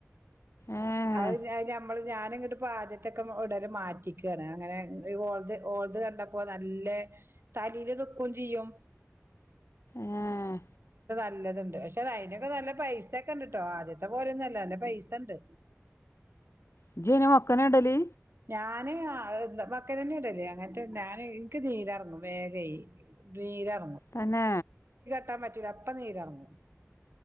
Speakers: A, on the left; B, on the right.
A: ഏഹ്
B: അയ് ഞമ്മള് ഞാനി ഇങ്ങട്ട് ആദ്യത്തൊക്കെ ഇടൽ മാറ്റിക്കയാണ് അങ്ങനെ ഓളത് ഓ ളത് കണ്ടപ്പോ നല്ല തലയില് നിക്കും ചെയ്യും
A: ഏഹ്
B: നല്ലതുണ്ട് പക്ഷെ അയിനൊക്കെ നല്ല പൈസൊക്കെ ഉണ്ട്ട്ടോ ആദ്യത്തെ പോലെന്നല്ല നല്ല പൈസണ്ട്
A: ഇജ്ജ് അയിന് മെക്കനെ ഇടല്
B: ഞാന് ആയ് മക്കനന്നെയാ ഇടല് അങ്ങനത്തെ ഞാന് എനിക്ക് നീരിറങ്ങും വേഗേ നീര്എറങ്ങും
A: തന്നേ
B: കുത്താൻ പറ്റൂല അപ്പം നീരെറങ്ങും